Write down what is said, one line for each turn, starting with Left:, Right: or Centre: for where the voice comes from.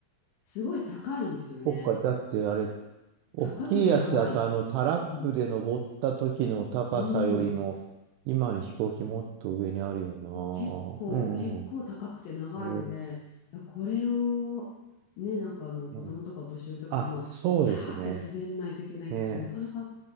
Left: すごい高いんですよね。
Right: そっか、だってあれ、大きいやつだと、
Left: 高くて長いって。
Right: あの、タラップで登った時の高さよりも、
Left: うん。うん。
Right: 今の飛行機もっと上にあるよ
Left: 結構、
Right: な。うんうん。
Left: 結構高くて長いので、
Right: え
Left: いやこれを、ね、なんかあの子供とかお年寄りとかも、
Right: えねあ、
Left: まあ、
Right: そうですね。
Left: さーって滑んないといけないってなかなか、
Right: ね。